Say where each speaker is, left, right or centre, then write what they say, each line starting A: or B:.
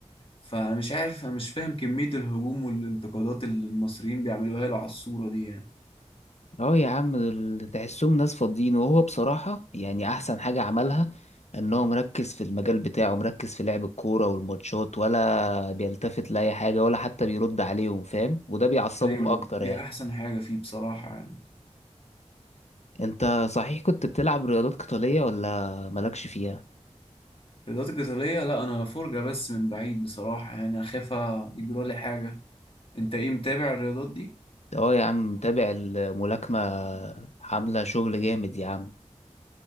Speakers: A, on the left (about 50°); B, on the left (about 70°).
A: فانا مش عارف انا مش فاهم كمية الهجوم والانتقادات اللي المصريين بيعملوها له على الصورة دي يعني
B: اه يا عم دول تحسهم ناس فاضيين وهو بصراحة يعني أحسن حاجة عملها إن هو مركز في المجال بتاعه مركز في لعب الكورة والماتشات ولا بيلتفت لأي حاجة ولا حتى بيرد عليهم فاهم وده بيعصبهم
A: ايوه
B: أكتر
A: دي
B: يعني
A: احسن حاجه فيه بصراحه يعني
B: أنت صحيح كنت بتلعب رياضات قتالية ولا مالكش فيها؟
A: الرياضات القتاليه لا انا فرجه بس من بعيد بصراحه يعني اخاف يجرى لي حاجه انت ايه متابع الرياضات دي
B: اه يا عم متابع الملاكمة عاملة شغل جامد يا عم